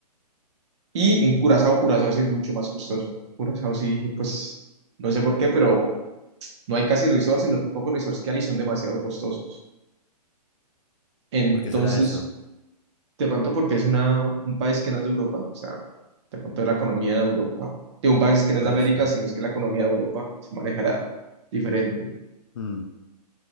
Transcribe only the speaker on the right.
Y en Curazao, Curazao sí es mucho más costoso. Curazao sí, pues, no sé por qué, pero no hay casi resorts y los pocos resorts que hay son demasiado costosos. Entonces,
De pronto porque es una, un país que no es de Europa, o sea, de pronto la economía de Europa, de un país que no
es de América,
sino es que la economía de Europa se manejará diferente.